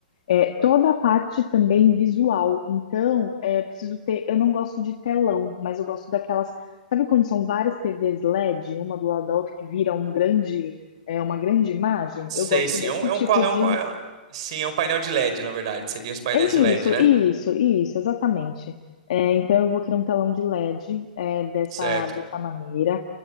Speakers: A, on the left (about 50°); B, on the right (about 40°).
A: É, toda a parte também visual. Então, é preciso ter. Eu não gosto de telão, mas eu gosto daquelas. Sabe quando são várias TVs LED, uma do lado da outra, que vira um grande, é, uma grande imagem?
B: Sei,
A: Eu gosto
B: sim,
A: desse
B: é um, é
A: tipo
B: um, qua- é
A: de.
B: um qua- é, sim, é um painel de LED, na verdade, seriam os painéis
A: É isso,
B: de LED, né?
A: isso, isso, exatamente. É, então, eu vou criar um telão de LED é, dessa,
B: Certo.
A: dessa maneira.